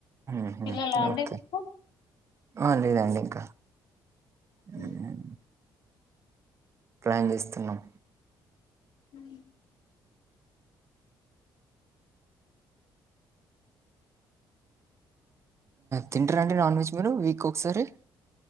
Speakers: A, on the right; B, on the left.
A: ఉహు
B: పిల్లలా అండి
A: ఓకే
B: మీకు
A: ఆ లేదండి ఇంకా
B: <unintelligible>
A: హ్మ్. ప్లాన్ జేస్తున్నాం
B: ఉమ్
A: తింటారండి నాన్ వెజ్ మీరు వీక్ ఒకసారి